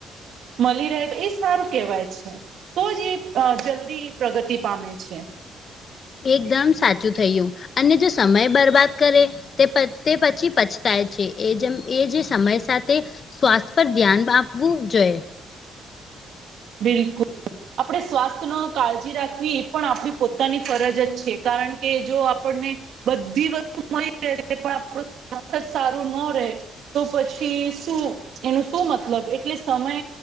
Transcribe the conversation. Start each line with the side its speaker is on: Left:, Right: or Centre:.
Right: મળી રહે એ સારું કેવાય છે. તો જ એ અ જલ્દી પ્રગતિ પામે છે.
Left: એકદમ સાચું થયું અને જો સમય બરબાદ કરે તે પછ તે પછી પછતાય છે એ જેમ એ જે સમય સાથે. સ્વાસ્થ્ય પર ધ્યાન આપવું જોઈએ.
Right: બિલકુલ. આપણે સ્વાસ્થ્યનો કાળજી રાખવી એ પણ આપણી પોતાની ફરજ જ છે કારણ કે જો આપણને બધી વસ્તુ મળી જ રહે છે પણ આપણું સ્વાસ્થ્ય જ સારું નો રહેે તો પછી શું એનું શું મતલબ એટલે સમય